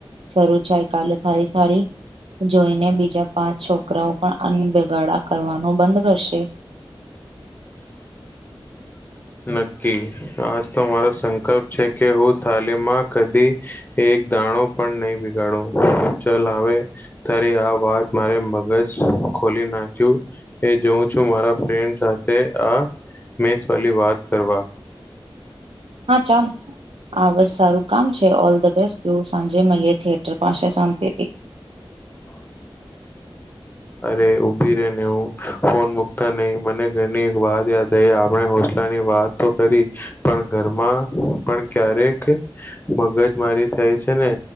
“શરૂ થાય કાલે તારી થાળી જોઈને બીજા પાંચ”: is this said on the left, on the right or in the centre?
Right